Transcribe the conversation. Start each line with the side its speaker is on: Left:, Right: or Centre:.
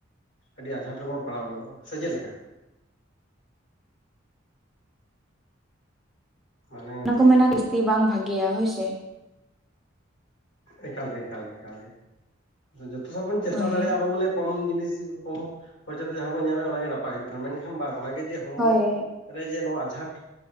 Left: ᱟᱹᱰᱤ ᱟᱸᱡᱷᱟᱸᱴ ᱨᱮᱵᱚᱱ ᱯᱟᱲᱟᱣ ᱜᱚᱫᱚᱜᱼᱟ ᱥᱮ ᱪᱮᱫ ᱞᱮᱠᱟ ᱢᱟᱱᱮ ᱱᱤᱛᱚᱜ
Centre: ᱚᱱᱟ ᱠᱚ ᱢᱮᱱᱟ ᱡᱟᱹᱥᱛᱤ ᱵᱟᱝ ᱵᱷᱟᱜᱮᱭᱟ ᱦᱳᱭ ᱥᱮ
Left: ᱮᱠᱟᱞ ᱜᱮ ᱮᱠᱟᱞ ᱜᱮ ᱮᱠᱟᱞ ᱜᱮ ᱡᱚᱛᱚ ᱥᱟ ᱵᱚᱱ ᱪᱮᱥᱴᱟ
Centre: ᱦᱳᱭ
Left: ᱫᱟᱲᱮᱭᱟᱜᱼᱟ ᱟᱵᱚ ᱵᱚᱞᱮ ᱠᱚᱢ ᱡᱤᱱᱤᱥ ᱠᱚᱢ ᱠᱷᱚᱨᱪᱟ ᱛᱮ ᱡᱟᱦᱟᱸ ᱵᱚᱱ ᱧᱟᱢᱮᱫ ᱚ ᱜᱮ ᱱᱟᱯᱟᱭ ᱦᱩᱭᱩᱜ ᱠᱟᱱᱟ ᱢᱮᱱᱠᱷᱟᱱ ᱵᱟᱝ ᱚᱱᱟᱜᱮ ᱡᱮ ᱦᱚᱲᱢᱚ
Centre: ᱦᱳᱭ
Left: ᱨᱮ ᱡᱮ ᱱᱚᱣᱟ ᱟᱡᱷᱟᱴ